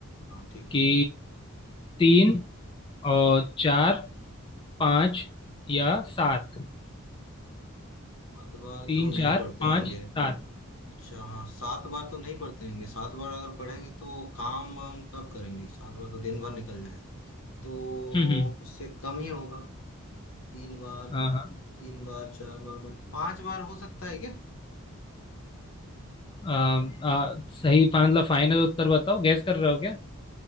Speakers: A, on the left; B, on the left.
A: हाँ ठीक
B: कि
A: है
B: तीन और चार पाँच या सात
A: सात बार
B: तीन
A: तो नहीं
B: चार
A: पढ़ते
B: पाँच
A: होंगे
B: सात
A: अच्छा हाँ सात बार तो नहीं पढ़ते होंगे सात बार अगर पढ़ेंगे तो काम वाम कब करेंगे सात बार तो दिन भर निकल जाए तो
B: हम्म हम्म
A: उससे कम ही होगा तीन बार
B: हाँ हाँ
A: तीन बार चार बार पांच बार हो सकता है क्या
B: आ, आ, सही मतलब फाइनल उत्तर बताओ गैस कर रहे हो क्या